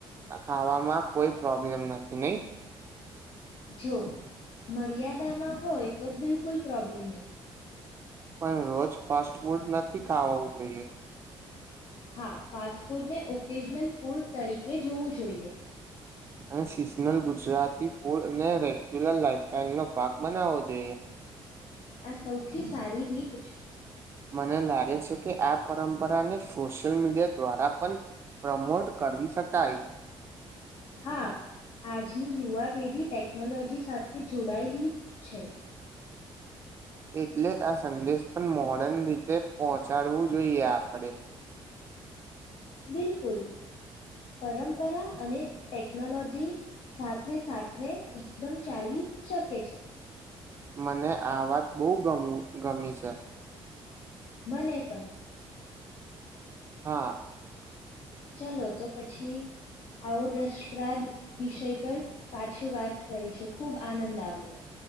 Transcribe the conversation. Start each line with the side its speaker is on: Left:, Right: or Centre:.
Right: ખાવામાં કોઈ પ્રોબ્લેમ નથી. નહી?
Left: જો મર્યાદામાં હોય તો બિલકુલ પ્રોબ્લેમ નથી.
Right: પણ રોજ ફાસ્ટ ફૂડ નથી ખાવાવું જોઈએ.
Left: હા, ફાસ્ટ ફૂડને ઓકેજનલ ફૂડ તરીકે જોવું જોઈએ.
Right: અને સિઝનલ ગુજરાતી ફૂડ અને રેગ્યુલર લાઈફસ્ટાઈલનો ભાગ બનાવવો જોઈએ.
Left: આ સૌથી સારી રીત છે.
Right: મને લાગે છે કે આ પરંપરાને સોશિયલ મીડિયા દ્વારા પણ પ્રમોટ કરી શકાય.
Left: હા આજની યુવા પેઢી ટેકનોલોજી સાથે જોડાયેલી છે.
Right: એટલે આ સંદેશ પણ મોડન રીતે પહોંચાડવું જોઈએ આપણે
Left: બિલકુલ પરંપરા અને ટેકનોલોજી સાથે સાથે એકદમ ચાલી શકે છે.
Right: મને આ વાત બહુ ગમી છે.
Left: મને પણ
Right: હા.
Left: ચાલો તો પછી આવો રસપ્રાદ વિષય પર પાછું વાત કરીશું ખુબ આનંદ આવ્યો